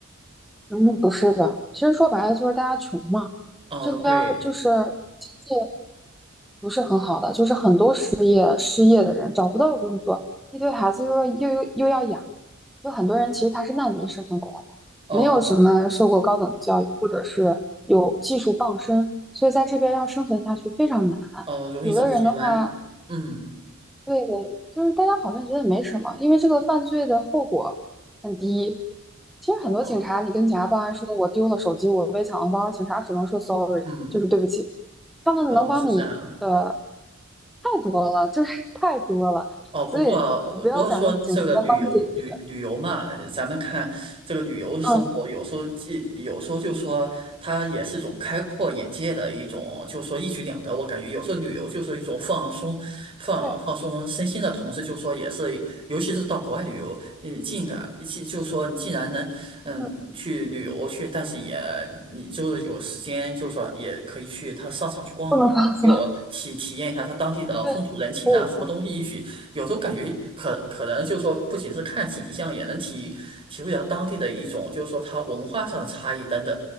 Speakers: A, in the centre; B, on the right.
A: 嗯，不是的，其实说白了就是大家穷嘛，
B: 哦，
A: 这边儿就是经济
B: 对，
A: 不是很好的，就是很多失业失业的人找不到工作，一堆孩子又要又又又要养，就很多人其实他是难民身份过来的，
B: 哦
A: 没有什么受过高等教育或者是有技术傍身，所以在这边要生存下去非常难。
B: 哦，容易走极端，
A: 有的人的话，
B: 嗯，
A: 对的，就是大家好像觉得没什么，因为这个犯罪的后果很低。其实很多警察，
B: 哦，
A: 你跟警察报案说我丢了手机，我被抢了包，警察只能说 sorry，
B: 嗯，
A: 就是对不起。他们能帮你的
B: 哦，是这样。
A: 太多了，就是 <laughs> 太多了，
B: 哦，不过不过说这个旅游旅旅游嘛，
A: 所以不要想着警察能帮你解决。
B: 呃咱们看这个旅游的时候，
A: 嗯，
B: 有时候既有时候就说它也是一种开阔眼界的一种，就说一举两得。我感觉有时候旅游就是一种放松、放放松身心的同时，
A: 对，
B: 就说也是，尤其是到国外旅游，嗯，尽感既就说你既然能嗯去旅游去，
A: 嗯，
B: 但是也你就是有时间，就说也可以去它商场去逛逛。
A: 不能放松。
B: 又体体验一下它当地的风土人情啊，
A: 对，可以的。
B: 什么东西一举有时候感觉可可能就是说，不仅是看景象，也能体体会到当地的一种，就是说它文化上的差异等等。